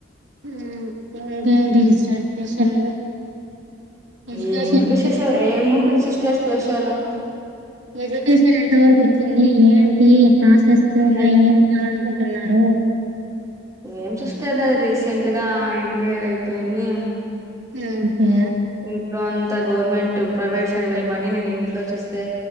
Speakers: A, on the right; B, on the right.
A: ఉమ్ ఇంకేంటి సిస్టర్ స్పెషల్ ఎడ్యుకేషన్
B: ఏముంటుంది సేషల్ ఏముంటుంది సిస్టర్ స్పెషలు
A: ఎడ్యుకేషన్ ఎంత వరక్ వచ్చింది ఏంటి ప్రాసెస్ ఇంగ
B: అది
A: ఏమి చేయాలనుకుంటున్నారు
B: ఏం సిస్టర్ నాది రీసెంట్ గా ఎంబిఏ అయిపోయింది
A: ఉమ్ హు
B: ఇంట్లో అంతా గవర్నమెంట్ ప్రైవేట్ సైడ్ వెళ్ళమని నేను ఇంట్లో చూస్తే